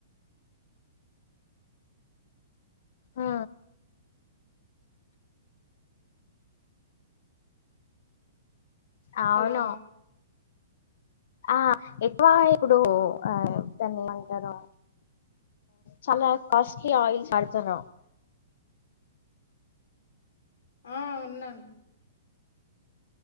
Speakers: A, on the left; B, on the left.
A: ఆ అవును
B: హలో
A: ఆ ఎక్కువ ఇప్పుడు ఆ అంటారు. చాలా కాస్ట్లీ ఆయిల్స్ వడతారు
B: ఆ ఉన్నాను